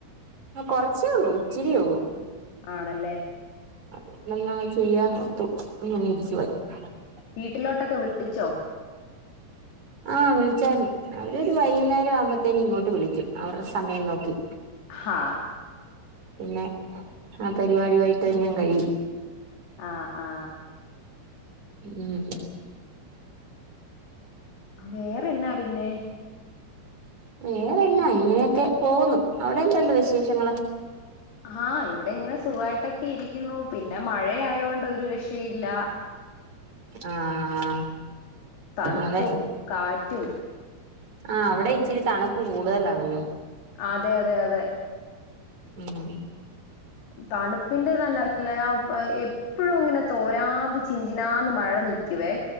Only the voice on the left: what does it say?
ആണല്ലേ
വീട്ടിലോട്ടൊക്കെ വിളിച്ചോ
ഹാ
ആ ആ
വേറെന്നാ പിന്നെ
ഹാ ഇവിടെ ഇങ്ങനെ സുഖായിട്ടൊക്കെ ഇരിക്കുന്നു പിന്നെ മഴ ആയകൊണ്ട് ഒരു രക്ഷയില്ല.
തണുപ്പും,
കാറ്റും,
അതെ അതെ അതെ.
തണുപ്പിന്റെ തന്നെ അല്ല ആ പാ എപ്പോഴും ഇങ്ങനെ തോരാതെ ചിൻചിനാന്ന് മഴ നി കുവേ